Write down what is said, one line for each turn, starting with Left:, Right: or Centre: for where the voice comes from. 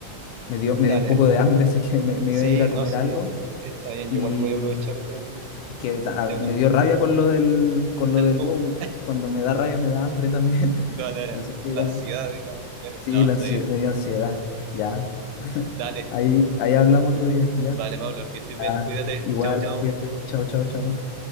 Left: me dio,
Right: dale,
Left: me dio un poco de hambre, <laughs> así que me, me
Right: sí,
Left: iba a ir a
Right: no,
Left: comer
Right: sí,
Left: algo
Right: está bien,
Left: y
Right: yo igual voy a aprovechar de,
Left: es que ta- ah,
Right: de
Left: me
Right: con-
Left: dio rabia con lo del, con
Right: del
Left: lo del
Right: wow,
Left: wow. Cuando me da rabia me da hambre también. <laughs>
Right: claro,
Left: Así que
Right: la
Left: ya,
Right: ansiedad y la, claro,
Left: sí,
Right: no,
Left: la
Right: está
Left: ansiedad,
Right: bien.
Left: me dio ansiedad. Ya, <laughs>
Right: Dale,
Left: ahí, ahí hablamos otro día, ya.
Right: vale, Pablo, que estés
Left: Ah,
Right: bien, cuídate,
Left: igual,
Right: chao, chao.
Left: cuídate. Chao, chao, chao.